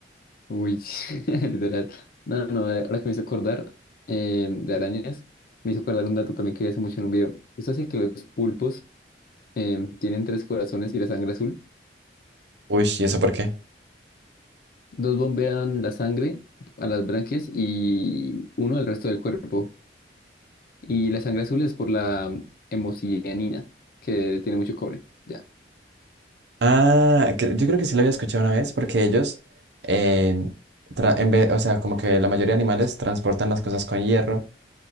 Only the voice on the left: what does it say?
Uy, <laughs> literal. No, no, no, eh, ahora que me hizo acordar eh, de arañas, me hizo acordar un dato también que vi hace mucho en un video. Eso es que los pulpos eh, tienen tres corazones y la sangre azul.
Dos bombean la sangre a las branquias y uno al resto del cuerpo. Y la sangre azul es por la hemocianina, que tiene mucho cobre. Ya.